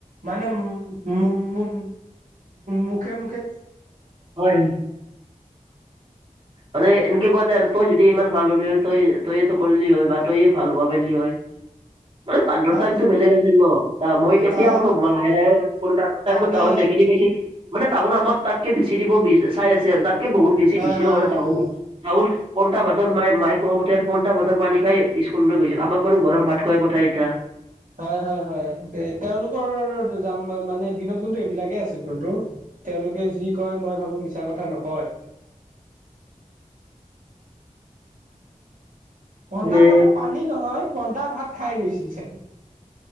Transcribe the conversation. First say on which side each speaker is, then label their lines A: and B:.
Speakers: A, on the right (about 75°); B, on the right (about 40°).
A: মানে, <unintelligible> মুখে-মুখে
B: হয়, হয়।
A: <inaudible>
B: মানে, এনেকে কোৱা যায় আৰু! তই যদি ইমান ভাল হলি হয়, তই তইটো কৰিলি হয় বা তইয়ে ভাল হ'ব পাৰিলি হয়।
A: <inaudible>
B: মানে, বান্ধৰ
A: আচ্ছা,
B: টাইমটো বেলেগ আছিল ন'! মই এতিয়া,
A: তা
B: <unintelligible> লাহে-লাহে সেইটো,
A: তাকে
B: টাইমত <unintelligible> দেখিলি, দেখি। মানে, চাউল আমাক, তাতকে বেছি দিব চাই আছে আৰু তাতকে, বহুত বেছি
A: হয়
B: দিছেও
A: হয়
B: বাৰু
A: হয়
B: চাউল,
A: হয়।
B: চাউল। পইতা ভাতৰ মায়ে, মায়ে কোৱা মতে, পইতা ভাতৰ পানী খাই, স্কুললৈ গৈছিলোঁ। আমাক বাৰু গৰম ভাত খোৱাই পঠাই এতিয়া।
A: হয়, হয়, হয়। তেওঁলোকৰ <unintelligible> মানে, দিনত কিন্তু, এইবিলাকে আছিল, কিন্তু। তেওঁলোকে যি কয়, মই ভাবোঁ! মিছা কথা নকয়। পইতা
B: এ
A: ভাতৰ পানী নহয়, পইতা ভাত খাই গৈছিল, চাগে।